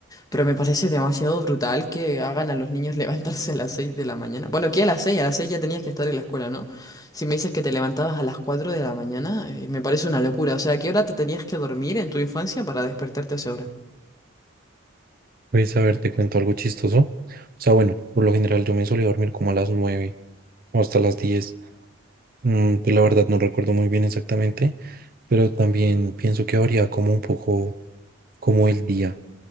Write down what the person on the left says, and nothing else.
Pero me parece demasiado brutal que hagan a los niños <laughs> levantarse a las 6 de la mañana. Bueno, aquí a las seis A las 6 ya tenías que estar en la escuela, ¿no? Si me dices que te levantabas a las 4 de la mañana, eh, me parece una locura. O sea, ¿a qué hora te tenías que dormir en tu infancia para despertarte a esa hora?